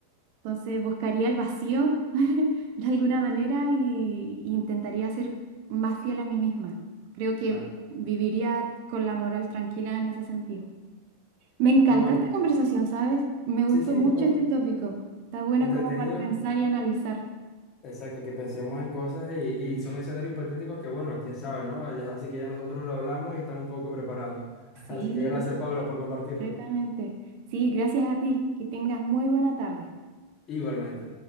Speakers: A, on the right; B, on the left.
A: Entonces buscaría el vacío <laughs> de alguna manera y, y intentaría ser más fiel a mí misma. Creo que
B: claro.
A: viviría con la moral tranquila en ese sentido. Me encanta
B: Pero bueno,
A: esta conversación, ¿sabes? Me gustó
B: sí, sí,
A: mucho
B: tú,
A: este tópico. Está bueno
B: entretenido,
A: como para pensar y analizar.
B: exacto, que pensemos en cosas y, y son escenarios hipotéticos que, bueno, quién sabe, ¿no? Ya- Así que ya nosotros lo hablamos y estamos un poco preparados. <laughs>
A: Sí,
B: Así que gracias, Paula, por compartirlo.
A: completamente. Sí, gracias a ti. Que tengas muy buena tarde.
B: Igualmente.